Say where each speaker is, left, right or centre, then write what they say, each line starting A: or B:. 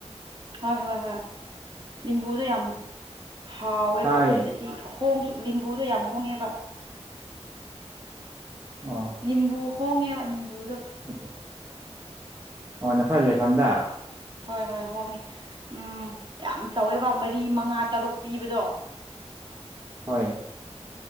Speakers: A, on the right; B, on the right.
A: ꯍꯣꯏ ꯍꯣꯏ ꯍꯣꯏ ꯂꯤꯕꯨꯗꯣ ꯌꯥꯝ ꯍꯥꯎꯋꯦꯕ
B: ꯇꯥꯏꯌꯦ
A: ꯍꯥꯏ ꯍꯣꯡꯁꯨ ꯂꯤꯕꯨꯗꯣ ꯌꯥꯝ ꯍꯣꯡꯉꯦꯕ
B: ꯑꯣ
A: ꯅꯤꯝꯕꯨ ꯍꯣꯡꯉꯦꯕ ꯅꯤꯝꯕꯨꯗꯣ
B: ꯑꯆꯥ <unintelligible> <inaudible> ꯑꯣ ꯅꯈꯣꯏ ꯂꯩꯐꯝꯗ
A: ꯍꯣꯏ ꯍꯣꯏ ꯍꯣꯡꯉꯦ ꯎꯝ ꯌꯥꯝ ꯆꯥꯎꯋꯦ ꯕ ꯃꯔꯤ ꯃꯉꯥ ꯇꯔꯨꯛ ꯄꯤꯕꯗꯣ
B: ꯍꯣꯏ